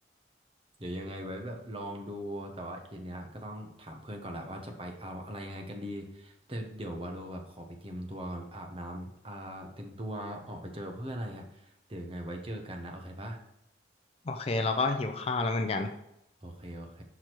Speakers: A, on the right (about 30°); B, on the left (about 30°).
A: เดี๋ยวยังไงไว้แบบลองดูแต่ว่าเย็นเนี้ยก็ต้องถามเพื่อนก่อนแหละว่าจะไปเอาอะไรยังไงกันดีแต่เดี๋ยววาโลแบบขอไปเตรียมตัวก่อนอาบน้ำอ่าเตรียมตัวออกไปเจอเพื่อนอะไรเงี้ยเดี๋ยวยังไงไว้เจอกันนะโอเคปะ
B: โอเคเราก็หิวข้าวแล้วเหมือนกัน
A: โอเคโอเค